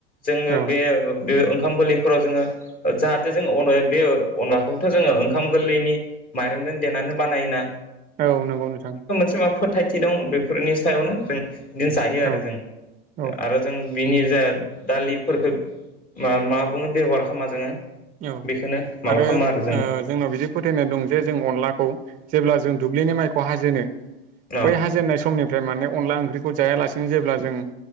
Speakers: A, on the left (about 25°); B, on the right (about 25°).
A: जोङो
B: औ
A: बे बे ओंखाम गोरलैफोराव जोङो जाहाथे जों अ बे अनलाखौबोथ' जोङो ओंखाम गोरलैनि माइरं खोनो देनानै बानायोना
B: औ नंगौ नोंथां
A: बा फोथायथि दं बेफोरनि सायावनो जों बिदिनो जायो
B: औ
A: आरो जों
B: औ
A: आरो जों बिनि जाय दालिफोरखौ मा बुङो बेबहार खालामा जोङो
B: औ
A: बेखौनो माबा
B: आरो
A: खालामो जों
B: ओ जोंनाव बिदि फोथायनाय दं जे जों अनलाखौ जेब्ला जों दुब्लिनि माइखौ हाजेनो
A: औ
B: बै हाजेननाय समनि ओमफ्राय माने अनला ओंख्रिखौ जायालासिनो जेब्ला जों